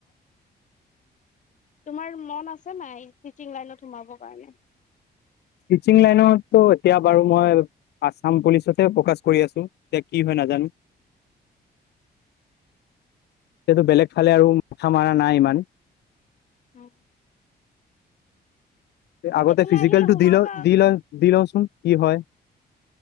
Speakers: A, on the left; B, on the left.
A: তোমাৰ মন আছে নাই? টিচিং লাইনত সোমাব কাৰণে।
B: টিচিং লাইনত'তো এতিয়া বাৰু মই আছাম পুলিচতে প্ৰকাশ কৰি আছোঁ, তিয়া কি হয় নাজানো! সেতটো বেলেগ ফালে আৰু মাথা মাৰা নাই ইমান।
A: উম
B: আগতে
A: এইফালে
B: ফিজিকেলটো
A: আহিলে সোমাবা
B: দি'ল দি'লন দি'ল‌ওচোন, কি হয়!